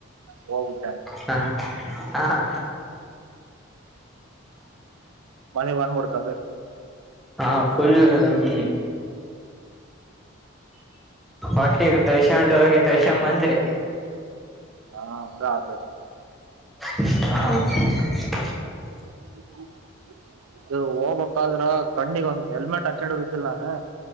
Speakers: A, on the right (about 85°); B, in the centre.
A: ಹೋಗುಬಿಟ್ಟೆ
B: ಹ ಹಾ ಹಾ
A: ಮಳೆ ಬಂದುಬಿಡ್ತು ಅಲ್ಲಿ
B: ಹಾ ಫುಲ್ ಹ್ಮ್ ಒಟ್ಟಿಗೆ ತಳ್ಸಕೊಂಡು ಹೋಗಿ ತಳ್ಸ ಬಂದ್ರಿ
A: ಹಾ ಹಾಗೆ ಆಯ್ತು ಅದು
B: ಹ
A: <unintelligible> ಇದು ಹೋಗ್ಬೇಕಾದ್ರ ಕಣ್ಣಿಗ ಒಂದ್ ಹೆಲ್ಮೆಟ್ ಹಾಕೊಂಡ ಹೋಗಿದ್ದಿಲ್ಲ ನಾನ